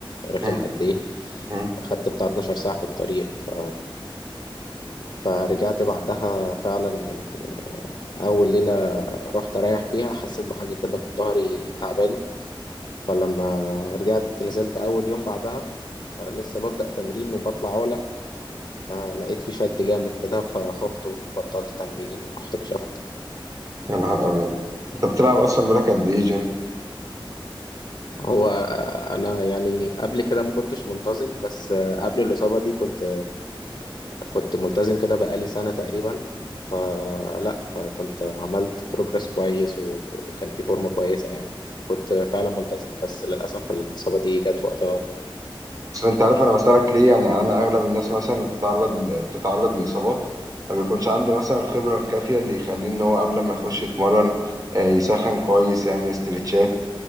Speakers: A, on the left; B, on the right.
A: رخم
B: مم.
A: قد ايه
B: مم.
A: خدت بتاع 12 ساعة في الطريق ف فرجعت بعدها فعلا يعني أول ليلة رحت أريح فيها حسيت بحاجة كده في ظهري تعباني فلما رجعت نزلت أول يوم بعدها آه، لسه ببدأ تمرين وبطلع عولة آه، لقيت في شد جامد كده فخفت وبطلت تمرين ورحت كشفت
B: يا نهار ابيض انت بتلعب اصلا بقالك قد ايه جيم؟
A: هو آه، أنا يعني قبل كده ما كنتش منتظم بس آه، قبل الإصابة دي كنت كنت ملتزم كده بقالي سنة تقريبا فلا يعني كنت عملت بروجرس كويس وكان في فورمة كويسة يعني كنت فعلا ملتزم بس للأسف الإصابة دي جت في وقتها
B: اصل انت عارف انا بسألك ليه يعني انا اغلب الناس مثلا اللي بتتعرض ل... بتتعرض لاصابات ما بيكونش عنده مثلا الخبره الكافيه اللي يخليه ان هو قبل ما يخش يتمرن آه، يسخن كويس يعمل استرتشات